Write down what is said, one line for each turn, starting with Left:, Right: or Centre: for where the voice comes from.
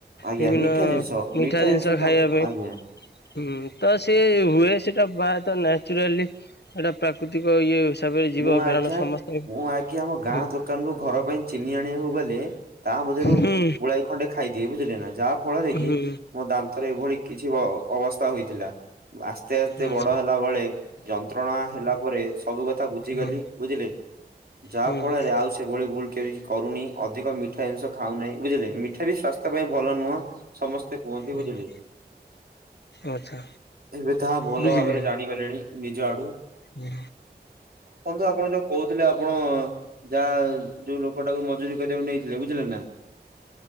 Right: ଆଜ୍ଞା
Left: ବିଭିନ୍ନ
Right: ମିଠା ଜିନିଷ
Left: ମିଠା ଜିନିଷ
Right: ତ
Left: ଖାଇବା ପାଇଁ।
Right: ଆଜ୍ଞା
Left: ହୁଁ ତ ସିଏ ହୁଏ ସେଟା ବା ତ ନ୍ୟାଚୁରାଲି। ହେଟା ପ୍ରାକୃତିକ ଇଏ। ହିସାବରେ ଯିବ
Right: ମୁଁ ଆଜ୍ଞା
Left: କାରଣ ସମସ୍ତେ ହୁଁ
Right: ମୁଁ ଆଜ୍ଞା ମୋ ଗାଁ
Left: ହୁଁ
Right: ଦୋକାନରୁ ଘର ପାଇଁ ଚିନି ଆଣିବାକୁ ଗଲେ ତା ମଧ୍ୟରୁ
Left: ହୁଁ।
Right: ପୁଳାଏ ଖଣ୍ଡେ ଖାଇଦିଏ ବୁଝିଲେ ନା ଯାହା ଫଳରେ କି
Left: ହୁଁ
Right: ମୋ ଦାନ୍ତରେ ଏଭଳି କିଛି ଅବସ୍ଥା ହୋଇଥିଲା। ଆସ୍ତେ ଆସ୍ତେ
Left: ହଁ
Right: ବଡ ହେଲା ବଳେ ଯନ୍ତ୍ରଣା ହେଲା ପରେ ସବୁ କଥା ବୁଝିଗଲି
Left: ହୁଁ
Right: ବୁଝିଲେ ଯାହା
Left: ହୁଁ
Right: ଫଳରେ ଆଉ ସେଭଳି ଭୁଲ କେବେକିଚି କରୁନି। ଅଧିକ ମିଠା ଜିନିଷ ଖାଉନାଇଁ ବୁଝିଲେ ମିଠା ବି ସ୍ୱାସ୍ଥ୍ୟ ପାଇଁ ଭଲ ନୁହଁ ସମସ୍ ସ୍ତେ କୁହନ୍ତି
Left: ହୁଁ
Right: ବୁଝିଲେ
Left: ଆଚ୍ଛା।
Right: ଏବେ ତାହା ଭଲ
Left: ବୁଝିଲେ
Right: ଭାବରେ ଜାଣିଗଲେଣି। ନିଜଆଡୁ।
Left: ହୁଁ।
Right: ବନ୍ଧୁ ଆପଣ ଯୋଉ କହୁଥିଲେ ଆପଣ ଯାହା ଯୋଉ ଲୋକଟାକୁ ମଜୁୁରୀ କରିବାକୁ ନେଇଥିଲେ ବୁଝିଲେ ନା?